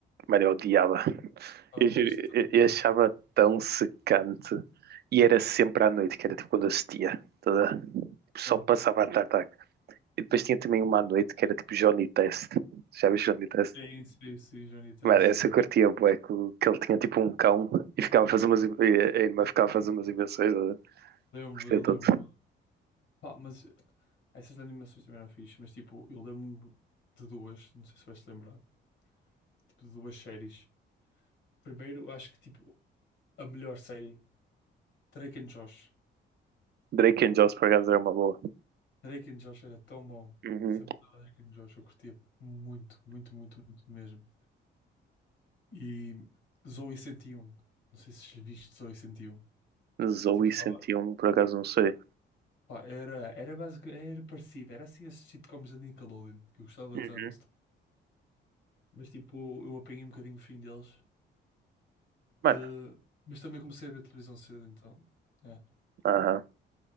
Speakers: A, on the right (about 55°); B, on the left (about 70°).
A: Mano, eu odiava.
B: Gostava
A: Eu, juro,
B: bastante.
A: eu- eu
B: de Art
A: achava
B: Attack.
A: tão secante. E era sempre à noite, que era tipo quando assistia. Toda... Só
B: Sim,
A: passava Art Attack. E depois tinha também uma à noite que era tipo Johnny Test. Já viste Johnny Test?
B: sim, sim, sim, Johnny Test,
A: Mano, essa
B: sim.
A: eu curtia bué, que, que ele tinha tipo um cão e ficava a fazer umas... e a irmã ficava a fazer umas invenções. eh,
B: Lembro-me, eu
A: todo
B: lembro-me. Pá, mas essas animações também eram fixe, mas tipo, eu lembro-me de duas, não sei se vais te lembrar, tipo, de duas séries. Primeiro, acho que tipo, a melhor série, Drake and Josh.
A: Drake and Josh, por acaso, era uma boa.
B: Drake and Josh era tão bom.
A: Uhum.
B: Sempre que dava Drake and Josh, eu curtia muito, muito, muito, muito mesmo. E Zoey 101, não sei se viste Zoey 101.
A: Zoe
B: Tipo, dava.
A: um por acaso, não sei.
B: Pá, era, era básico, era parecido, era assim esses sitcoms da Nickelodeon, que eu gostava
A: Uhum.
B: tanto. Mas tipo, eu apanhei um bocadinho o fim deles.
A: Mano,
B: Eh, mas também comecei a ver televisão cedo, então. é.
A: aham.